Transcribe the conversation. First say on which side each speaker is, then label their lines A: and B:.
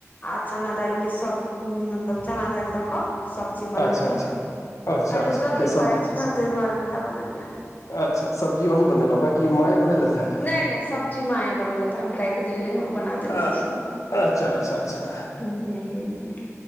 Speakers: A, on the left (about 30°); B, on the left (about 80°).
A: आ चना दाइल के सब्ज़ी मतलब चना दालि द कऽ। सब्जी बनलियै
B: अच्छा अच्छा अच्छा
A: कनि
B: अच्छा
A: ओ जल्दी
B: के सब
A: भ जाइ छै न तै दुआरे उएह बनलियै ये।
B: अच्छा सब्जी अहि बनेलो ये कि माय बनेलैथ या
A: नहि नहि सब्जी माय बनेलथि ह हम काटि देलियै ओ बना देलथि
B: आ
A: छिय अपन
B: अच्छा, अच्छा, अच्छा
A: हूँ हूँ हूँ हूँ